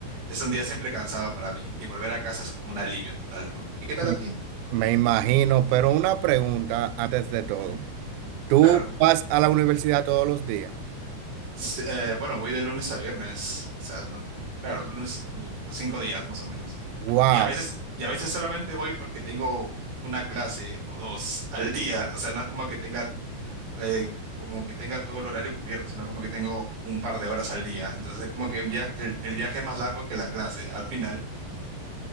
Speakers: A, on the right; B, on the right.
A: es un día siempre cansado para mí. Y volver a casa es como un alivio total, ¿no? ¿Y qué tal
B: Me
A: a ti?
B: me imagino, pero una pregunta antes de todo.
A: Ujú,
B: ¿Tú
A: Claro.
B: vas a la universidad todos los días?
A: S- eh, bueno, voy de lunes a viernes. O sea, no- claro, lunes, du- cinco días más o menos.
B: Wow,
A: Y a veces, y a veces solamente voy porque tengo una clase o dos al día. O sea, no es como que tenga eh, como que tenga todo el horario cubierto, sino como que tengo un par de horas al día. Entonces, como que un viaje, el, el viaje es más largo que la clase al final.